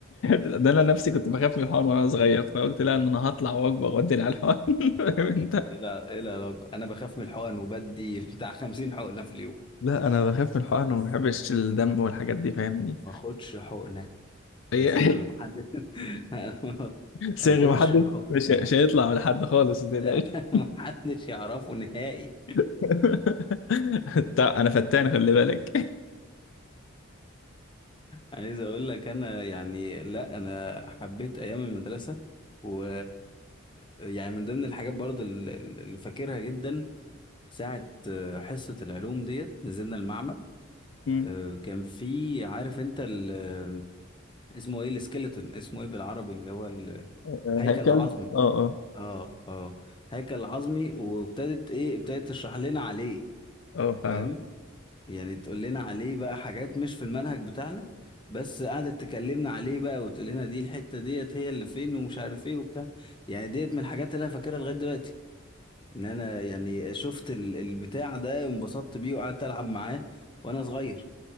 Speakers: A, on the left (about 65°); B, on the left (about 25°).
A: ده انا نفسي كنت بخاف من الحقن وانا صغير فقلت لا ان انا هطلع واكبر وادي على الحقن <laughs> فاهم انت
B: الى الى علاقة انا بخاف من الحقن وبدي <laughs> بتاع 50 حقنة في اليوم
A: لا انا بخاف من الحقن
B: بس
A: وما بحبش الدم والحاجات دي فاهمني
B: ما اخدش حقنة
A: هي
B: ده سر
A: <laughs>
B: محدش <laughs>
A: صيغي
B: ما اخدش
A: محدش
B: حقنة
A: مش مش هيطلع من حد خالص
B: <laughs>
A: متقلقش
B: لا، محدش يعرفه نهائي
A: <laughs> طب انا فتان خلي بالك
B: عايز اقول لك انا يعني لا انا حبيت ايام المدرسه و يعني من ضمن الحاجات برضو ال- ال- اللي فاكرها جدا ساعه آه، حصه العلوم ديت نزلنا المعمل
A: مم.
B: آه، كان في عارف انت ال... آه، اسمه ايه السكيلتون اسمه ايه بالعربي اللي هو
A: <laughs>
B: الهيكل
A: هيكل
B: العظمي
A: اه اه
B: اه اه هيكل العظمي وابتدت ايه ابتدت تشرح لنا عليه
A: اه فاهم
B: فاهم يعني تقول لنا عليه بقى حاجات مش في المنهج بتاعنا بس قعدت تكلمنا عليه بقى وتقول لنا دي الحتة ديت هي اللي فين ومش عارف ايه وبتاع يعني ديت من الحاجات اللي انا فاكرها لغاية دلوقتي ان انا يعني شفت ال- البتاع ده انبسطت بيه وقعدت العب معاه وانا صغير